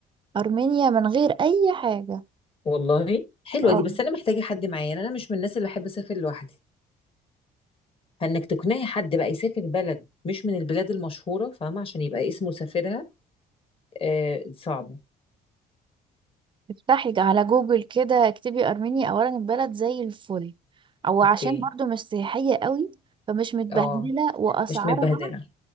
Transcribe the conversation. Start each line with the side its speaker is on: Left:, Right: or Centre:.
Right: أرمينيا من غير أي حاجة
Left: والله حلوه
Right: اه
Left: دي بس انا محتاجه حد معايا يعني انا مش من الناس اللي بحب اسافر لوحدي فانك تقنعي حد بقى يسافر بلد مش من البلاد المشهوره فاهمه عشان يبقى اسمه سافرها آه صعبه
Right: افتحي على جوجل كده اكتبي أرمينيا أولا البلد زي الفل أو
Left: اوكي
Right: عشان برضو مش سياحية قوي فمش متبهدلة
Left: اه
Right: وأسعارها
Left: مش متبهدله